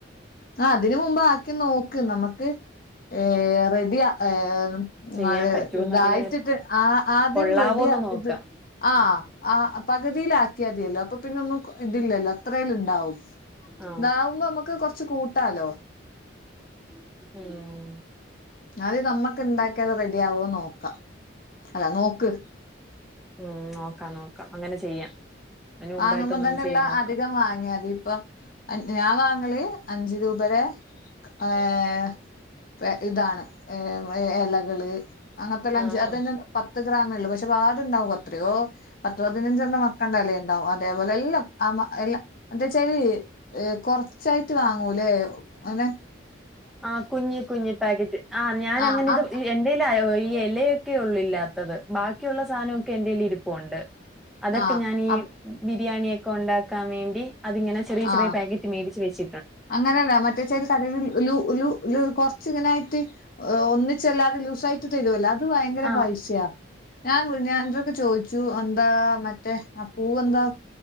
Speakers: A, on the left; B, in the centre.
A: ആഹ് അതിന് മുമ്പ് ആക്കി നോക്ക് നമുക്ക് ഏയ് റെഡി ഏയ്
B: ചെയ്യാൻ
A: അതെ
B: പറ്റുവോന്നറിയാൻ
A: തായിട്ടിട്ട് ആ ആദ്യം
B: കൊള്ളാവോന്ന്
A: വറെടിയാ
B: നോക്കാം
A: ഇത് ആഹ് ആഹ് പകുതിയില ആക്കിയാതിയല്ലോ അപ്പൊ പിന്നെ ഒന്നും ഇടില്ലല്ലോ അത്രേല്ലും ണ്ടാവും
B: ആ
A: താവുമ്പോ നമ്മുക്ക് കൊറച്ച കൂട്ടാലോ
B: ഉം
A: അത് നമ്മക്ക് ണ്ടാക്കിയത് റെഡി ആവോന്ന് നോക്കാം അല്ല നോക്ക്
B: മ് നോക്കാം നോക്കാം അങ്ങനെ ചെയ്യാം അതിന്
A: വാങ്ങുമ്പോ
B: മുമ്പായിട്ടൊന്നൊന്ന്
A: തന്നെയള്ള
B: ചെയ്ത് നോക്കാം
A: അധികം വാങ്ങിയാ മതി പ്പൊ ഞാൻ വാങ്ങല് അഞ്ച് രൂപരെ ഏഹ് ഇതാണ് ഇലകള് അങ്ങനത്തെല്ല
B: ആഹ്
A: അഞ്ച് അതന്നെ പത്ത് ഗ്രാമള്ളു പക്ഷെ പാടുണ്ടാവും അത്രയോ പത്ത് പതിനഞ്ചെണ്ണം മക്കണ്ടല്ലേ ണ്ടാവും അതേപോലെ എല്ലാം ആ എല്ല എന്താച്ചാരി കൊറച്ചായിട്ട് വാങ്ങൂല്ലെ അതെ
B: ആ കുഞ് കുഞ് പാക്കറ്റ് ആ ഞാനങ്ങനെ
A: ആഹ്
B: ഇത്
A: അത്
B: എ ഈ ഇലയൊക്കെ ഉള്ളൂ ഇല്ലാത്തത് ബാക്കിയുള്ള സാധനമൊക്കെ എന്തേൽ ഇരീ - ണ്ട് അതൊക്കെ
A: ആഹ്
B: ഞാൻ ഈ
A: അപ്
B: ബിരിയാണിയൊക്കെ ണ്ടാക്കാൻ വേണ്ടി അതിങ്ങനെ ചെറിയ ചെറിയ
A: ആഹ്
B: പാക്കറ്റ് മേടിച്ച് വച്
A: അങ്ങനെയല്ല മറ്റേ ചേരി <unintelligible> ഒരു കൊറച്ചിങ്ങനൊയിട്ട് ഒന്നിചെല്ലാതെ ലൂസായിട് തരുല്ലോ അത് ഭയങ്കര
B: ആഹ്
A: പൈസയാ. ഞാൻ വിനഞാനന്തൊക്കെ ചോദിച്ചു എന്താ മറ്റേ ആ പൂവെന്താ?